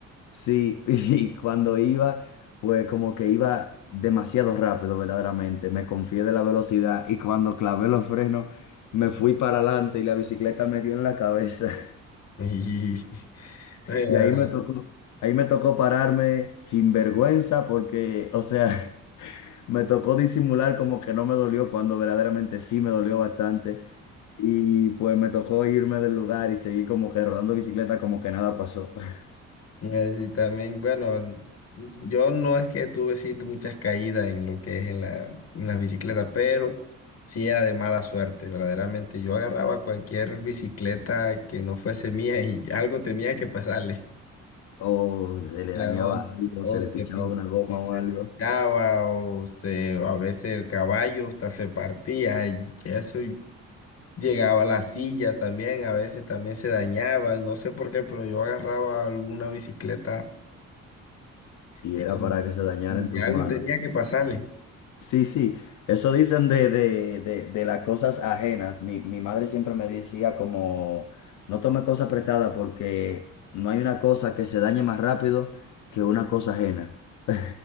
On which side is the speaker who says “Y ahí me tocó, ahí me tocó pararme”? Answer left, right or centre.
Left